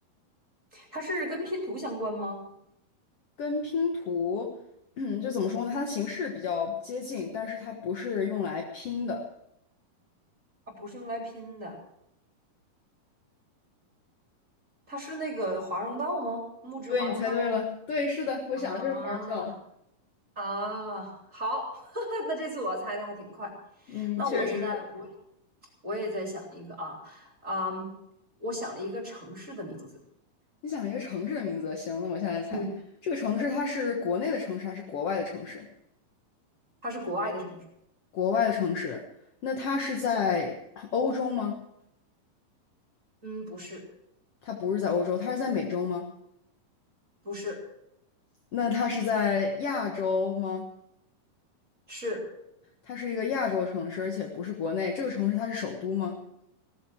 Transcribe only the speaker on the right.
它是跟拼图相关吗？
啊，不是用来拼的，它是那个华容道吗？木质华容道。
啊，啊，好，<laughs> 那这次我猜的还挺快。
那我现在我
我也在想一个啊，啊，我想了一个城市的名字，
嗯，
它是国外的城市，
嗯，不是，
不是，
是